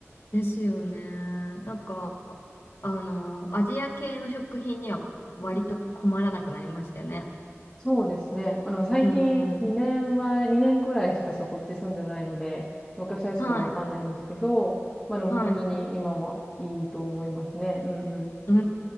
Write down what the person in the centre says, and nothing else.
うんうんそうですね。あの、最近2年前、
2年くらいしかそこっち住んでないので、昔はちょっとわかんないんですけど、
まあでも本当に今はいいと思いますね。
うんうん。